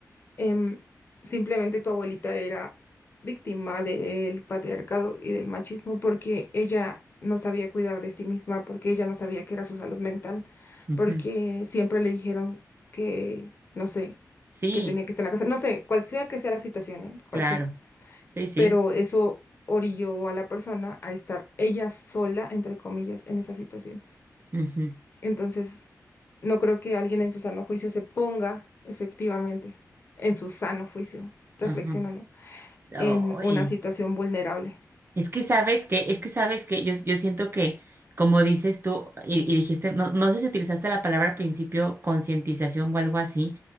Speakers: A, on the left; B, on the right.
A: Em, simplemente tu abuelita era víctima del patriarcado y del machismo porque ella no sabía cuidar de sí misma, porque ella no sabía qué era su salud mental,
B: Ujú.
A: porque siempre le dijeron que, no sé,
B: Sí,
A: que tenía que estar en la casa, no sé, cual sea que sea la situación, ¿eh? Cual
B: claro,
A: sea.
B: sí, sí.
A: Pero eso orilló a la persona a estar ella sola, entre comillas, en esas situaciones.
B: Ujú,
A: Entonces, no creo que alguien en su sano juicio se ponga efectivamente, en su sano juicio, reflexiónalo,
B: Ajá. Ay,
A: en una situación vulnerable.
B: Es que sabes que, es que sabes que yo, yo siento que, como dices tú, y, y dijiste, no, no sé si utilizaste la palabra al principio, concientización o algo así,